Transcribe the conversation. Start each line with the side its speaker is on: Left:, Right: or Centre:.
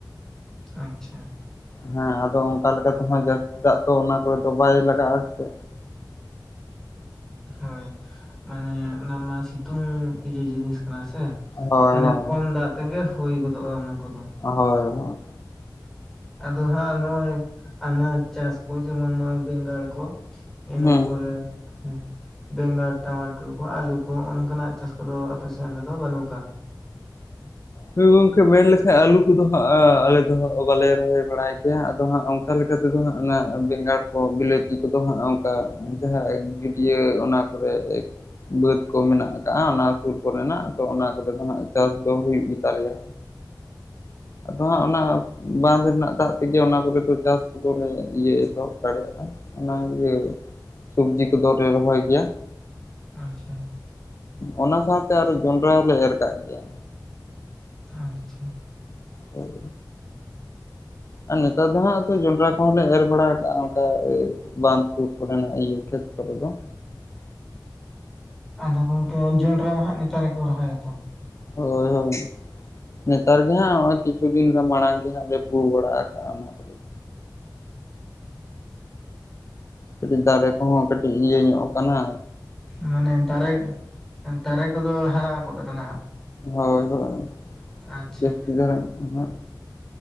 Centre: ᱟᱪᱪᱷᱟ
Left: ᱦᱮᱸ ᱟᱫᱚ ᱚᱱᱠᱟ ᱞᱮᱠᱟ ᱛᱮᱦᱚᱸ ᱡᱟᱹᱥᱛᱤ ᱫᱟᱜ ᱫᱚ ᱚᱱᱟ ᱠᱚᱨᱮ ᱫᱚ ᱵᱟᱭ ᱞᱟᱜᱟᱜᱼᱟ ᱥᱮ
Centre: ᱦᱳᱭ ᱢᱟᱱᱮ ᱚᱱᱟᱢᱟ ᱥᱤᱛᱩᱝ ᱤᱭᱟ. ᱡᱤᱱᱤᱥ ᱠᱟᱱᱟ ᱥᱮ
Left: ᱦᱳᱭ
Centre: ᱢᱟᱱᱮ
Left: ᱦᱳᱭ
Centre: ᱠᱚᱢ ᱫᱟᱜ ᱛᱮᱜᱮ ᱦᱩᱭ ᱜᱚᱫᱚᱜᱼᱟ ᱚᱱᱟ ᱠᱚᱫᱚ
Left: ᱦᱳᱭ ᱦᱳᱭ᱾
Centre: ᱟᱫᱚ ᱦᱟᱸᱜ ᱱᱚᱜ-ᱚᱭ ᱟᱱᱟ ᱪᱟᱥ ᱠᱚ ᱡᱮᱢᱚᱱ ᱱᱚᱜ-ᱚᱭ ᱵᱮᱸᱜᱟᱲ ᱠᱚ᱾ ᱤᱱᱟᱹ
Left: ᱦᱮᱸ
Centre: ᱯᱚᱨᱮ, ᱦᱩᱸ᱾ ᱵᱮᱸᱜᱟᱲ ᱴᱟᱢᱟᱴᱳᱨ ᱠᱚ, ᱟᱹᱞᱩ ᱠᱚ ᱦᱚᱸᱜ-ᱚ ᱱᱚᱝᱠᱟᱱᱟᱜ ᱪᱟᱥ ᱠᱚᱫᱚ ᱟᱯᱮ ᱥᱮᱱ ᱨᱮᱫᱚ ᱵᱟᱹᱱᱩᱜ ᱠᱟᱜ-ᱟ᱾
Left: ᱦᱳᱭ ᱜᱚᱝᱠᱮ ᱢᱮᱱ ᱞᱮᱠᱷᱟᱡ ᱟᱞᱩ ᱠᱚᱫᱚ ᱦᱟᱸᱜ ᱟᱞᱮ ᱫᱚ ᱦᱟᱸᱜ ᱵᱟᱞᱮ ᱨᱚᱦᱚᱭ ᱵᱟᱲᱟᱭ ᱜᱮᱭᱟ ᱟᱫᱚ ᱦᱟᱸᱜ ᱚᱝ ᱚᱝᱠᱟ ᱞᱮᱠᱟ ᱛᱮᱫᱚ ᱦᱟᱸᱜ ᱚᱱᱟ ᱵᱮᱸᱜᱟᱲ ᱠᱚ, ᱵᱤᱞᱟᱹᱛᱤ ᱠᱚᱫᱚ ᱦᱟᱸᱜ ᱚᱝᱠᱟ᱾ ᱡᱟᱦᱟᱸ ᱜᱟᱹᱰᱤᱭᱟᱹ ᱚᱱᱟ ᱠᱚᱨᱮ ᱵᱟᱹᱫ ᱠᱚ ᱢᱮᱱᱟᱜ ᱟᱠᱟᱜ-ᱟ ᱚᱱᱟ ᱥᱩᱨ ᱠᱚᱨᱮᱱᱟᱜ ᱛᱚ, ᱚᱱᱟ ᱠᱚᱨᱮ ᱫᱚ ᱦᱟᱸᱜ ᱪᱟᱥ ᱫᱚ ᱦᱩᱭᱩᱜ ᱜᱮ᱾ ᱛᱟᱞᱮᱭᱟ᱾ ᱟᱫᱚ ᱦᱟᱸᱜ ᱚᱱᱟ ᱵᱟᱸᱫ ᱨᱮᱱᱟᱜ ᱫᱟᱜ ᱛᱮᱜᱮ ᱚᱱᱟ ᱠᱚᱨᱮ ᱠᱚ ᱪᱟᱥ ᱫᱚᱞᱮ ᱤᱭᱟᱹ ᱮᱛᱚᱦᱚᱵ ᱫᱟᱲᱮᱭᱟᱜ-ᱟ ᱚᱱᱟ ᱤᱭᱟᱹ᱾ ᱥᱚᱵᱽᱡᱤ ᱠᱚᱫᱚᱞᱮ ᱨᱚᱦᱚᱭ ᱜᱮᱭᱟ᱾
Centre: ᱟᱪᱪᱷᱟ᱾
Left: ᱚᱱᱟ ᱥᱟᱶᱛᱮ ᱟᱨᱦᱚ ᱡᱚᱸᱰᱨᱟ ᱦᱚᱸᱞᱮ ᱮᱨ ᱠᱟᱜ ᱜᱮᱭᱟ᱾
Centre: ᱟᱪᱪᱷᱟ᱾
Left: ᱦᱳᱭ᱾ ᱟᱨ ᱱᱮᱛᱟᱨ ᱫᱚ ᱦᱟᱸᱜ ᱛᱚ, ᱡᱚᱸᱰᱨᱟ ᱠᱚᱦᱚᱸᱞᱮ ᱮᱨ ᱵᱟᱲᱟ ᱠᱟᱜ-ᱟ ᱚᱝᱠᱟ ᱮᱹᱭ ᱵᱟᱱᱫᱽ ᱥᱩᱨ ᱠᱚᱨᱮᱱᱟᱜ ᱤᱭᱟᱹ ᱠᱷᱮᱛ ᱠᱚᱨᱮ ᱫᱚ᱾
Centre: ᱟᱫᱚ ᱜᱚᱝᱠᱮ ᱡᱚᱸᱰᱨᱟ ᱢᱟ ᱦᱟᱸᱜ ᱱᱮᱛᱟᱨ ᱨᱮᱠᱚ ᱨᱚᱦᱚᱭᱟᱛᱚ᱾
Left: ᱦᱳᱭ ᱦᱳᱭ, ᱱᱮᱛᱟᱨ ᱡᱟᱦᱟᱸ, ᱦᱚᱸᱜ-ᱚᱭ ᱠᱤᱪᱷᱩ ᱠᱤᱪᱷᱩ ᱫᱤᱱ ᱜᱟᱱ ᱢᱟᱲᱟᱝ ᱜᱮ ᱦᱟᱸᱜ ᱞᱮ ᱯᱩ ᱵᱟᱲᱟ ᱠᱟᱜ-ᱟ ᱚᱱᱟ ᱠᱚ᱾ ᱠᱟᱹᱴᱤᱡ ᱫᱟᱨᱮ ᱠᱚᱦᱚᱸ ᱠᱟᱹᱴᱤᱡ ᱤᱭᱟᱹ ᱧᱚᱜ ᱟᱠᱟᱱᱟ᱾
Centre: ᱢᱟᱱᱮ ᱫᱟᱨᱮ, ᱫᱟᱨᱮ ᱠᱚᱫᱚ ᱦᱟᱨᱟ ᱜᱚᱫ ᱠᱟᱱᱟ ᱦᱟᱸᱜ᱾
Left: ᱦᱳᱭ ᱦᱳᱭ
Centre: ᱟᱪᱪᱷᱟ
Left: ᱡᱟᱹᱥᱛᱤ ᱫᱷᱟᱨᱟ ᱱᱟᱜ᱾